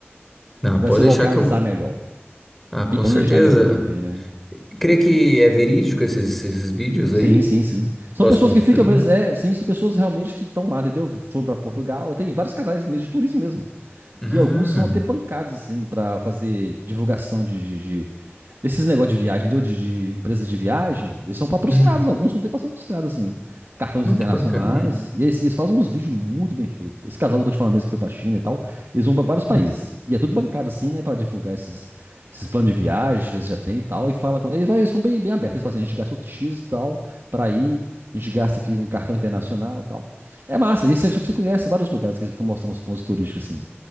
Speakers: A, in the centre; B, on the right (about 60°).
A: Não,
B: Vai
A: pode
B: se localizar
A: deixar que eu vou.
B: melhor.
A: Ah, com
B: E planejar
A: certeza.
B: melhor também, né?
A: Crê que é verídico esses, esses vídeos
B: Sim,
A: aí?
B: sim, sim. São
A: Posso
B: pessoas
A: confirmar?
B: que ficam mesmo. É, sim, são pessoas realmente que estão lá, entendeu? Foram pra Portugal. Tem vários casais mesmo, de turismo mesmo.
A: Ah,
B: que alguns são até bancados, assim, para fazer divulgação de, de- de- Esses negócios de viagem, entendeu? De, de empresas de viagem, eles são patrocinados,
A: hum.
B: alguns são até patrocinados, assim. Cartões
A: Não,
B: internacionais.
A: que bacana.
B: E aí, assim, eles fazem uns vídeos muito bem feitos. Esse casal que eu tô te falando mesmo que foi pra China e tal, eles vão pra vários países.
A: Hum,
B: E é tudo bancado, assim, né? Pra divulgar esses, esses planos de viagem que eles já têm e tal. E fala com. Eles, eles são bem, bem abertos. Eles falam assim, a gente gastou X e tal pra ir, a gente gasta aqui um cartão internacional e tal. É massa, isso é só que você conhece vários lugares que eles ficam mostrando os pontos turísticos assim.